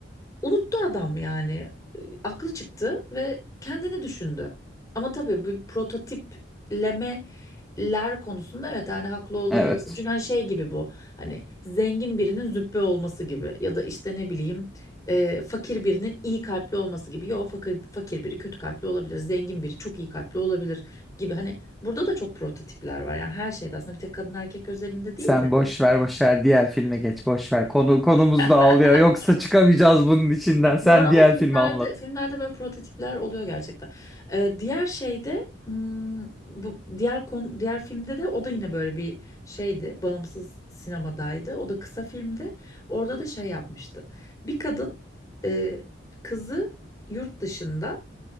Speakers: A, on the left (about 15°); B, in the centre.
A: Unuttu adam yani. E, Aklı çıktı ve kendini düşündü. Ama tabii bu prototiplemeler konusunda evet yani haklı olabilirsin.
B: Evet.
A: Çünkü hani şey gibi bu hani zengin birinin züppe olması gibi ya da işte ne bileyim e, fakir birinin iyi kalpli olması gibi. Yok fakir, fakir biri kötü kalpli olabilir, zengin biri çok iyi kalpli olabilir gibi. Hani burada da çok prototipler var yani her şeyde aslında bir tek kadın erkek özelinde değil
B: Sen
A: de.
B: boş ver boş ver diğer filme geç boş ver. Konu konumuz
A: <laughs>
B: da ağlıyor. Yoksa çıkamayacağız bunun içinden. Sen
A: Doğru ama
B: diğer
A: filmlerde
B: filmi anlat.
A: filmlerde böyle prototipler oluyor gerçekten. Eee, diğer şeyde, ımm, bu diğer konu diğer filmde de o da yine böyle bir şeydi, bağımsız sinemadaydı. O da kısa filmdi. Orada da şey yapmıştı. Bir kadın, eee, kızı yurt dışında,